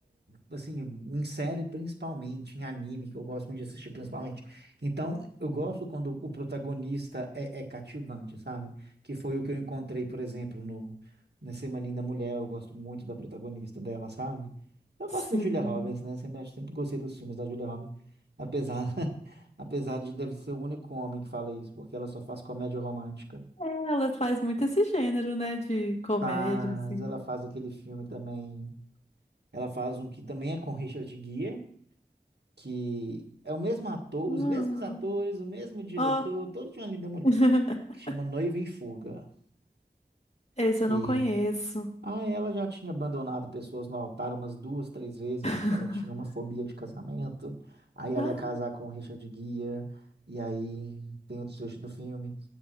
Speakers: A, on the right; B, on the left.
A: assim, em série principalmente, em anime, que eu gosto muito de assistir principalmente. Então, eu gosto quando o protagonista é, é cativante, sabe? Que foi o que eu encontrei, por exemplo, no nesse Uma Linda Mulher, eu gosto muito da protagonista dela, sabe? Eu
B: Sim.
A: gosto da Julia Roberts, né? Sempre, acho- sempre gostei dos filmes da Julia Roberts, apesar, <laughs> apesar de deve ser o único homem que fala isso, porque ela só faz comédia romântica.
B: É, ela faz muito esse gênero, né? De comédia,
A: Mas
B: assim.
A: ela faz aquele filme também, ela faz um que também é com Richard Gere, que é o mesmo ator,
B: Ah,
A: os mesmos atores, o mesmo diretor,
B: Ó,
A: todo de uma linda mulher,
B: <laughs>
A: que chama Noiva em Fuga,
B: esse
A: que
B: eu não conheço.
A: ah, ela já tinha abandonado pessoas no altar umas duas, três vezes,
B: <laughs>
A: porque ela tinha uma fobia de casamento. Aí ela
B: Ah.
A: ia casar com o Richard Guia e aí tem o desfecho do filme.